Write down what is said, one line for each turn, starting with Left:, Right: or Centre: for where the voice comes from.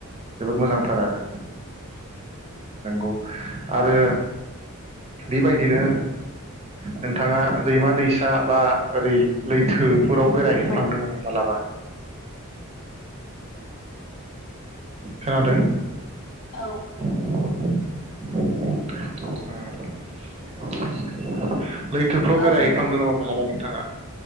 Right: जोबोद मोजांथार आरो नंगौ आरो बेबायदिनो नोंथाङा दैमा दैसा बा ओरै लैथोफोराव बेरायहैफ्लांदों
Left: औ
Right: नामा मालाबा? खोनादों?
Left: औ
Right: <unintelligible> लैथोफ्राव बेरायहैफ्लांदों
Left: औ नोंथां
Right: नामा मालाबा
Left: औ
Right: नोंथाङा?